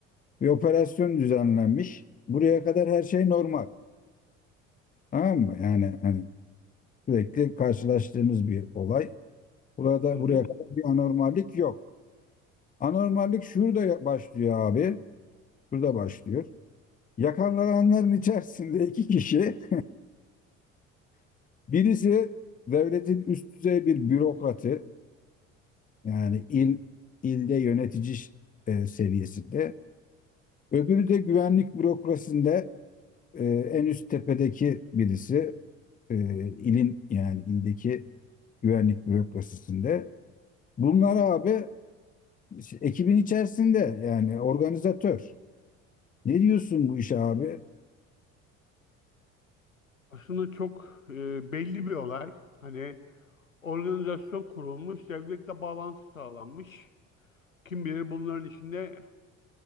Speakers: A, on the left; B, on the left.
A: bir operasyon düzenlenmiş. Buraya kadar her şey normal. Tamam mı? Yani hani sürekli karşılaştığımız bir olay. Burada
B: Hı
A: buraya
B: hı.
A: kadar bir anormallik yok. Anormallik şurada ya- başlıyor abi. Şurada başlıyor. Yakalananların içerisinde iki kişi. <laughs> Birisi devletin üst düzey bir bürokratı. Yani il ilde yönetici e, seviyesinde. Öbürü de güvenlik bürokrasisinde e, en üst tepedeki birisi e, ilin yani ildeki güvenlik bürokrasisinde. Bunlar abi işte ekibin içerisinde yani organizatör. Ne diyorsun bu işe abi?
B: Aslında çok e, belli bir olay. Hani organizasyon kurulmuş, devletle bağlantı sağlanmış. Kim bilir bunların içinde